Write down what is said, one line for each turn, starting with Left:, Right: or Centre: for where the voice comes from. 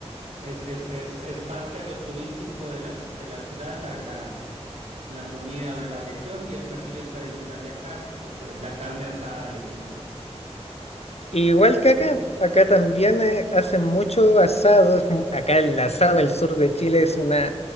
Right: es, es, es, es parte de lo turístico de la, de la ciudad, la, la, la comida de la región y el platillo tradicional de acá, pues es la carne asada le llamamos.
Left: Igual que acá, acá también eh, hacen mucho asado. es mu- Acá el asado del sur de Chile es una